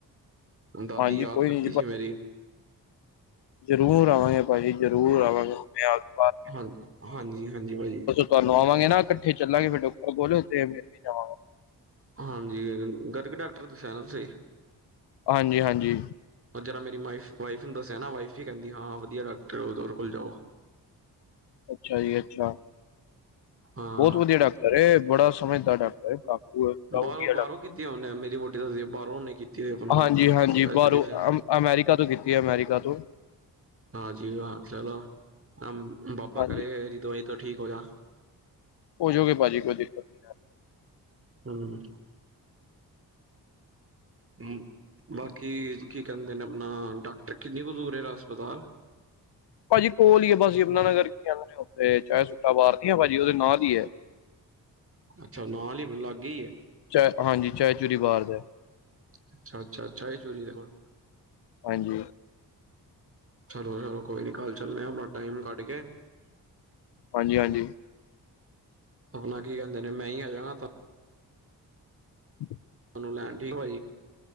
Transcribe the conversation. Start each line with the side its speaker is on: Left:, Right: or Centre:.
Right: ਦਾਦੀ
Left: ਹਾਂਜੀ
Right: ਯਾਦ
Left: ਕੋਈ
Right: ਕਰਦੀ
Left: ਨੀ
Right: ਸੀ ਮੇਰੀ।
Left: ਜਰੂਰ ਆਵਾਂਗੇ ਪਾਜੀ, ਜਰੂਰ ਆਵਾਂਗੇ <unintelligible>
Right: ਹਾਂ, ਹਾਂਜੀ-ਹਾਂਜੀ ਭਾਜੀ।
Left: ਤੁਆਨੂੰ ਆਵਾਂਗੇ ਨਾ, ਕੱਠੇ ਚੱਲਾਂਗੇ ਫੇਰ ਡੋਕਟਰ ਕੋਲ, ਤੇ ਮਿਲ ਵੀ ਜਾਵਾਂ
Right: ਹਾਂਜੀ, ਗਰਗ ਡਾਕਟਰ ਦੱਸਿਆ ਨਾ ਤੁਸੀਂ?
Left: ਹਾਂਜੀ-ਹਾਂਜੀ।
Right: ਉਹ ਜਰਾ ਮੇਰੀ ਮਾਇਫ, ਵਾਈਫ ਨੂੰ ਦੱਸਿਆ ਨਾ, ਵਾਈਫ ਵੀ ਕੇਂਦੀ, ਹਾਂ ਵਦੀਆ ਡਾਕਟਰ ਉਹਦੇ ਕੋਲ ਜਾਓ।
Left: ਅੱਛਾ ਜੀ, ਅੱਛਾ।
Right: ਹਾਂ।
Left: ਬੋਤ ਵਦੀਆ ਡਾਕਟਰ ਏ, ਬੜਾ ਸਮਝਦਾਰ ਡਾਕਟਰ ਏ, <unintelligible> ਬੜਾ
Right: ਬਾਹਰੋਂ
Left: ਵਦੀਆ
Right: ਬਾਹਰੋਂ
Left: ਡਾਕਟਰ
Right: ਕੀਤੀ
Left: ਏ।
Right: ਉਹਨੇ ਮੇਰੀ ਵੋਟੀ ਦੱਸਦੀ, ਬਾਹਰੋਂ ਔਣੇ ਕੀਤੀ ਹੋਈ ਅਪਣਾ
Left: ਹਾਂਜੀ ਹਾਂਜੀ
Right: ਐਜੂਕੇਸ਼ਨ।
Left: ਬਾਹਰੋਂ ਅਮ ਅਮੈਰੀਕਾ ਤੋਂ ਕੀਤੀ ਏ, ਅਮੈਰੀਕਾ ਤੋਂ।
Right: ਹਾਂਜੀ ਹਾਂ ਚਲੋ, ਅਮ ਬਾਬਾ
Left: ਹਾਂਜੀ
Right: ਕਰੇ ਏਦੀ ਦਵਾਈ ਤੋਂ ਠੀਕ ਹੋ ਜਾ।
Left: ਹੋ ਜੋਗੇ ਪਾਜੀ, ਕੋਈ ਦਿੱਕਤ ਨੀ
Right: ਹੂੰ। ਹੂੰ, ਬਾਕੀ ਕੀ ਕੇਂਦੇ ਨੇ ਅਪਣਾ, ਡਾਕਟਰ ਕਿੰਨੀ ਕੁ ਦੂਰ ਏ ਏਦਾ ਹਸਪਤਾਲ?
Left: ਪਾਜੀ ਕੋਲ ਈ ਐ, ਬਸ ਯਮਨਾ ਨਗਰ ਕੀ ਕੇਂਦੇ ਨੇ ਔਥੇ ਚਾਏ ਸੁੱਟਾਂ ਬਾਰ ਨੀ ਏ ਭਾਜੀ, ਉਹਦੇ ਨਾਲ ਈ ਏ।
Right: ਅੱਛਾ ਨਾਲ ਈ, ਲਾਗੇ ਈ ਏ।
Left: ਚਾਏ, ਹਾਂਜੀ, ਚਾਏ ਚੂਰੀ ਬਾਜ਼ ਏ।
Right: ਅੱਛਾ-ਅੱਛਾ-ਅੱਛਾ ਏਹ ਚੂਰੀ ਦੇ ਕੋਲ।
Left: ਹਾਂਜੀ।
Right: ਚਲੋ, ਕੋਈ ਨੀ, ਕੱਲ ਚੱਲਣੇ ਆਪਣਾ ਟਾਈਮ ਕੱਢ ਕੇ।
Left: ਹਾਂਜੀ- ਹਾਂਜੀ।
Right: ਆਪਣਾ ਕੀ ਕਹਿੰਦੇ ਨੇ ਮੈਂ ਹੀ ਆ। ਜਾਣਾ ਤਾਂ
Left: ਹ <inaudible>
Right: ਨੂੰ ਲੈਣ ਠੀਕ ਆ।